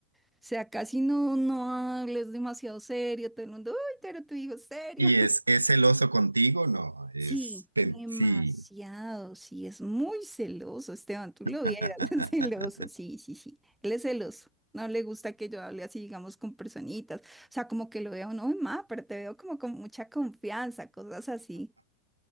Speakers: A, in the centre; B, on the right (about 80°).
A: O sea, casi no, no hables demasiado serio. Todo el mundo, uy, pero tu hijo es serio.
B: ¿Y es, es celoso contigo? No, es...
A: Sí,
B: ten-
A: demasiado,
B: Sí.
A: sí, es muy celoso, Esteban, tú
B: <laughs>
A: lo vieras, <laughs> es celoso, sí, sí, sí, él es celoso, no le gusta que yo hable así, digamos, con personitas, o sea, como que lo veo, no, ma, pero te veo como con mucha confianza, cosas así,